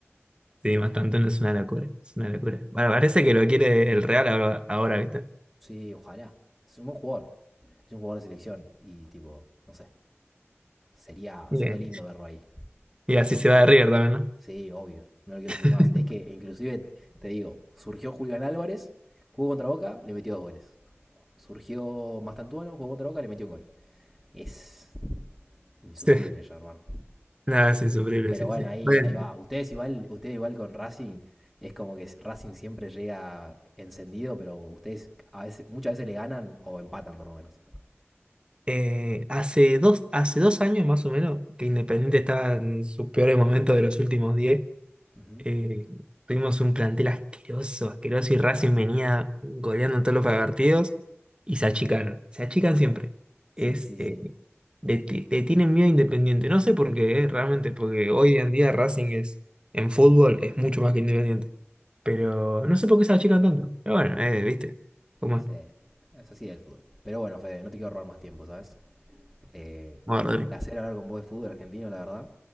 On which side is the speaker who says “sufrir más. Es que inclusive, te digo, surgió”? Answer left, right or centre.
Centre